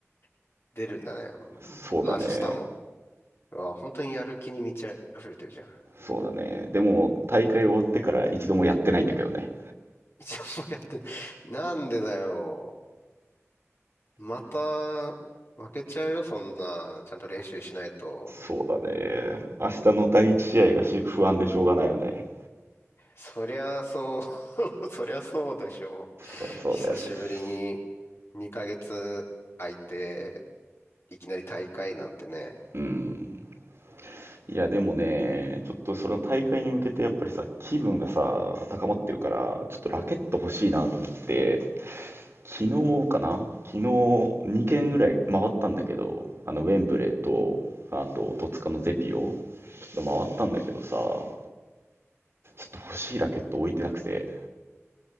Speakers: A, on the left (about 55°); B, on the right (about 55°).
A: <laughs> 出るんだね。
B: そうだね。
A: 明日も。うわ本当にやる気に満ち溢れてるじゃん。
B: そうだね。でも、大会終わってから一度もやってないんだけどね。
A: 一応もうやってな、なんでだよ。また、負けちゃうよ、そんな。ちゃんと練習しないと。
B: そうだね。明日の第一試合がし不安でしょうがないよね。
A: そりゃそう <laughs> そりゃそうでしょう。
B: そうそうだよね。
A: 久しぶりに2ヶ月空いて、いきなり大会なんてね。
B: うん。いや、でもね、ちょっとその大会に向けてやっぱりさ、気分がさ、高まってるから、ちょっとラケット欲しいなと思って、昨日かな昨日2軒ぐらい回ったんだけど、あの、ウェンブレーと、あと、戸塚のゼピオ、ちょっと回ったんだけどさ、ちょっと欲しいラケット置いてなくて、